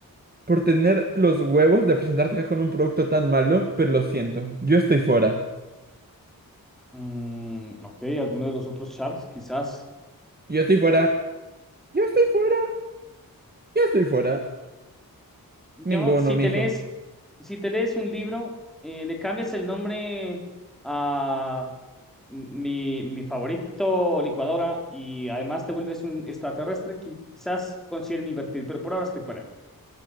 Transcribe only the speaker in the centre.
Mm, ok, alguno de los otros Sharks, quizás.
Yo,
si
te lees, si te lees un libro, eh, le cambias el nombre a mi, mi favorito licuadora y además te vuelves un extraterrestre, quizás consideren invertir, pero por ahora estoy fuera.